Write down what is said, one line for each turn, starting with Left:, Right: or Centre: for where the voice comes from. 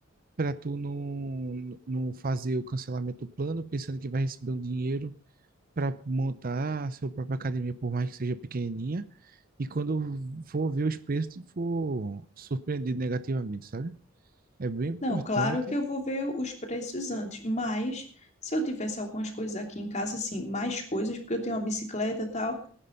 Right: para tu não, não fazer o cancelamento do plano, pensando que vai receber um dinheiro para montar a sua própria academia, por mais que seja pequenininha. E quando for ver os preços, for surpreendido negativamente, sabe? É bem importante.
Left: Não, claro que eu vou ver os preços antes, mas se eu tivesse algumas coisas aqui em casa, assim, mais coisas, porque eu tenho uma bicicleta e tal,